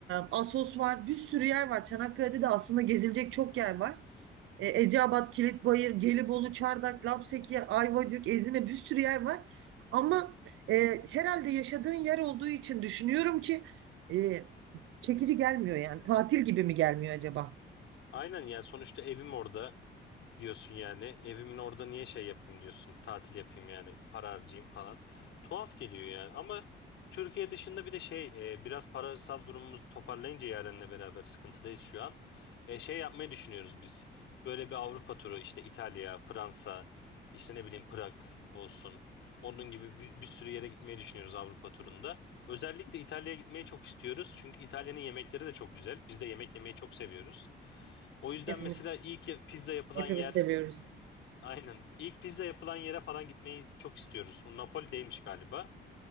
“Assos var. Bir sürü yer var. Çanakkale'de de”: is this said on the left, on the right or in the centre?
Right